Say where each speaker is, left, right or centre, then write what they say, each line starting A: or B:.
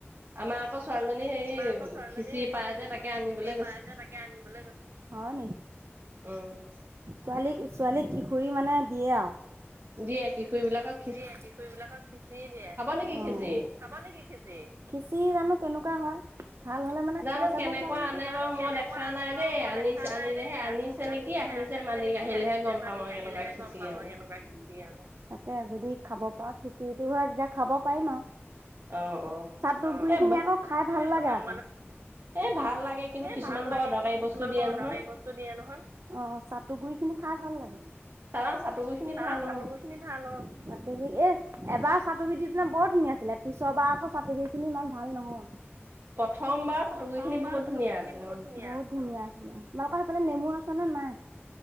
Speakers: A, on the right; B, on the right.
A: আমাৰ আকৌ ছোৱালীজনী হেৰি
B: আকৌ ছোৱালীজনী
A: খিঁচিৰি
B: হেৰি
A: পাই যে তাকে আনিবলৈ
B: খিচিৰি পাই
A: গৈছে।
B: যে তাকে আনিবলৈ গৈছে? হয় নি?
A: অ'।
B: ছোৱালীক ছোৱালীক কিশোৰী মানে দিয়ে আৰু।
A: দিয়ে কিশোৰীবিলাকক
B: দিয়ে কিশোৰী বিলাকক খিঁচিৰি দিয়ে।
A: নেকি
B: উম।
A: খিচিৰি?
B: খাব নেকি খিচিৰি? খিচিৰি জানো কেনেকুৱা হয়। ভাল হ'লে মানে
A: জানো
B: খাই চাব
A: কেনেকুৱা
B: পৰা হ'ব।
A: আনে
B: জানো
A: বাৰু মই
B: কেনেকুৱা
A: দেখা
B: আনে
A: নাই
B: বাৰু
A: দেই
B: মই
A: আনিছে
B: দেখা নাই
A: আনিলেহে
B: দেই।
A: আনিছে
B: আনিছো
A: নেকি
B: আনিলেহে
A: আহিছে
B: আনিছে
A: মালিক
B: নেকি
A: আহিলেহে
B: আহিছে
A: গম
B: মালিক
A: পাম আৰু কেনেকুৱা
B: আহিলেহে
A: খিচিৰি
B: গ'ম পাম
A: আনে
B: আৰু কেনেকুৱা খিচিৰি আনে? তে যদি খাব পৰা খিচিৰি হয় তেতিয়া খাব পাৰিম আৰু।
A: অ অ
B: চাটুৰ গুৰি
A: এ
B: খিনি আকৌ খাই ভাল লাগে?
A: এই ভাল লাগে। কিন্তু
B: এই
A: কিছুমান
B: ভাল
A: বৰ
B: লাগে
A: অদৰকাৰী
B: কিন্তু কিছুমান
A: বস্তু দিয়ে
B: বৰ
A: নহয়
B: অদৰকাৰী বস্তু দিয়ে নহয়। অ' চাটু গুৰি খিনি খাই ভাল লাগে?
A: চা চাটু গুৰি খিনি
B: তাৰ
A: ভাল
B: চাটুগুৰি
A: অ'।
B: খিনি ভাল অ', চাটু গুৰি এ এবাৰ চাটুুগুৰি দিছিলে বৰ ধুনীয়া আছিলে, পিছৰ বাৰ আকৌ চাটুগুৰি খিনি ইমান ভাল নহয়।
A: প্ৰথমবাৰ চাটুগুৰি
B: প্ৰথমবাৰ
A: খিনি বহুত
B: চাটুগুৰি
A: ধুনীয়া
B: খিনি
A: আছিলে
B: বহুত
A: অ'।
B: বহুত ধুনীয়া আছিলে, তোমালোকৰ সেইফালে নেমু আছে নে নাই?